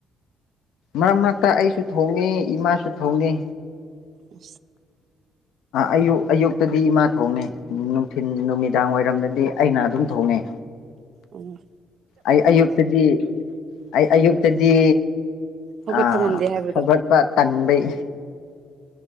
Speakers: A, on the left; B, on the right.
A: ꯃꯔꯛ ꯃꯔꯛꯇ ꯑꯩꯁꯨ ꯊꯣꯡꯉ ꯏꯃꯥꯁꯨ ꯊꯣꯡꯉ
B: ꯑ
A: ꯑꯌꯨꯛ ꯑꯌꯨꯛꯇꯗꯤ ꯏꯃꯥ ꯊꯣꯡꯉꯦ ꯅꯨꯡꯊꯤꯤꯟ ꯅꯨꯃꯤꯗꯥꯡ ꯋꯥꯏꯔꯝꯗꯗꯤ ꯑꯩꯅ ꯑꯗꯨꯝ ꯊꯣꯡꯉꯦ
B: ꯑꯣ
A: ꯑꯩ ꯑꯌꯨꯛꯇꯗꯤ ꯑꯩ ꯑꯌꯨꯛꯇꯗꯤ
B: ꯍꯧꯒꯠꯄ
A: ꯑ
B: ꯉꯝꯗꯦ ꯍꯥꯏꯕꯗꯣ
A: ꯍꯧꯒꯠꯄ ꯇꯟꯕꯩ